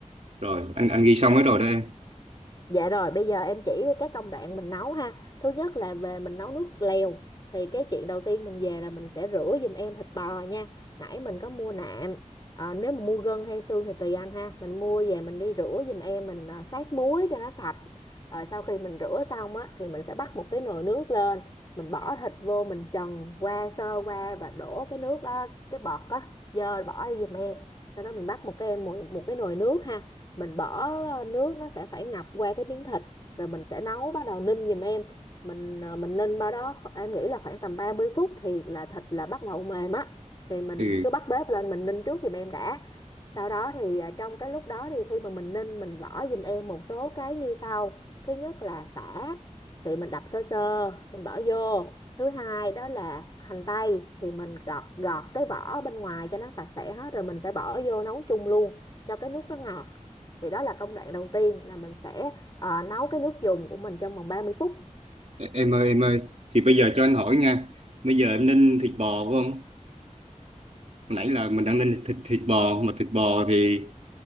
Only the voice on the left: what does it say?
Dạ rồi, bây giờ em chỉ các công đoạn mình nấu ha. Thứ nhất là về mình nấu nước lèo. Thì cái chuyện đầu tiên mình về là mình sẽ rửa giùm em thịt bò nha. Nãy mình có mua nạm. Ờ, nếu mà mua gân hay xương thì tùy anh ha. Mình mua về mình đi rửa giùm em, mình ờ, sát muối cho nó sạch. Rồi sau khi mình rửa xong á, thì mình sẽ bắt một cái nồi nước lên. Mình bỏ thịt vô, mình trần qua sơ qua và đổ cái nước đó, cái bọt á, dơ bỏ đi giùm em. Sau đó mình bắt một cái em một, một cái nồi nước ha mình bỏ ờ, nước nó sẽ phải ngập qua cái miếng thịt rồi mình sẽ nấu bắt đầu ninh giùm em mình à, mình ninh bao đó kho- em nghĩ là khoảng tầm 30 phút thì là thịt là bắt đầu mềm á thì mình
cứ bắt bếp lên mình ninh trước giùm em đã sau đó thì à, trong cái lúc đó thì khi mà mình ninh mình bỏ giùm em một số cái như sau thứ nhất là sả thì mình đập sơ sơ mình bỏ vô thứ hai đó là hành tây thì mình gọt gọt cái vỏ bên ngoài cho nó sạch sẽ hết rồi mình sẽ bỏ vô nấu chung luôn cho cái nước nó ngọt thì đó là công đoạn đầu tiên là mình sẽ à, nấu cái nước dùng của mình trong vòng 30 phút